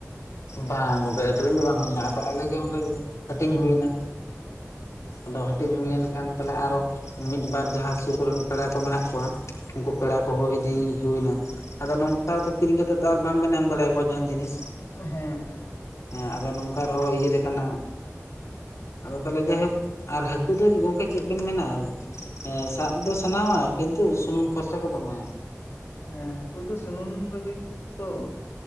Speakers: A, on the left (about 70°); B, on the left (about 60°).
A: ᱵᱟᱝ ᱜᱚᱝᱠᱮ ᱟᱹᱠᱷᱨᱤᱧ ᱫᱚ ᱵᱟᱝ ᱦᱩᱭ ᱞᱮᱱᱟ ᱟᱫᱚ ᱟᱞᱮ ᱜᱮ ᱚᱸᱰᱮ ᱦᱟᱹᱴᱤᱧ ᱦᱩᱭᱱᱟ ᱟᱫᱚ ᱦᱟᱹᱴᱤᱧ ᱦᱩᱭᱮᱱ
B: ᱟᱪᱪᱷᱟ
A: ᱠᱷᱟᱱ ᱛᱟᱦᱚᱞᱮ ᱟᱨᱚ ᱢᱤᱫ ᱵᱟᱨ ᱡᱟᱦᱟᱸ ᱥᱩᱨ ᱠᱚᱨᱮᱱ ᱯᱮᱲᱟ ᱠᱚ ᱢᱮᱱᱟᱜ ᱠᱚᱣᱟ ᱩᱱᱠᱩ ᱯᱮᱲᱟ ᱠᱚᱦᱚᱸ ᱤᱫᱤ ᱦᱩᱭ ᱱᱟ ᱟᱫᱚ ᱱᱚᱝᱠᱟ ᱠᱤᱨᱤᱧ ᱠᱟᱛᱮ ᱛᱚ ᱟᱨ ᱵᱟᱝ ᱵᱮᱱ ᱮᱢ ᱫᱟᱲᱮᱭᱟ ᱠᱚᱣᱟ ᱡᱟᱦᱟᱱ ᱡᱤᱱᱤᱥ
B: ᱦᱮᱸ ᱦᱮᱸ
A: ᱦᱮᱸ ᱟᱫᱚ ᱱᱚᱝᱠᱟ ᱨᱮᱦᱚᱸ ᱤᱭᱟᱹ ᱞᱮᱠᱷᱟᱱᱟ ᱟᱫᱚ ᱛᱟᱦᱚᱞᱮ ᱡᱟᱭᱦᱳᱠ ᱟᱨ ᱦᱟᱟᱹᱠᱩ ᱫᱚ ᱜᱚᱝᱠᱮ ᱪᱮᱫ ᱵᱤᱱ ᱢᱮᱱᱟ ᱦᱮᱸ ᱥᱟᱵ ᱫᱚ ᱥᱟᱱᱟᱣᱟ ᱠᱤᱱᱛᱩ ᱥᱩᱱᱩᱢ ᱠᱷᱚᱨᱪᱟ ᱜᱮ ᱫᱚᱢᱮ
B: ᱦᱮᱸ ᱦᱟᱹᱠᱩ ᱫᱚ ᱥᱩᱱᱩᱢ ᱨᱮᱜᱮ ᱛᱚ